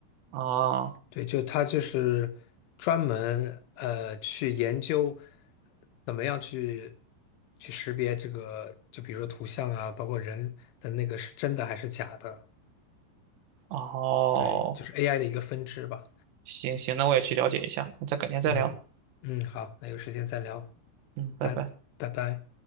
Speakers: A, on the right; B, on the left.
A: 啊，
B: 对，就他就是专门呃去研究怎么样去去识别这个，就比如说图像啊，包括人的那个是真的还是假的。
A: 哦，
B: 对，就是 AI 的一个分支吧。
A: 行行，那我也去了解一下，那再改天再聊。
B: 嗯嗯，好，那有时间再聊，
A: 嗯，
B: 拜拜拜。
A: 拜拜。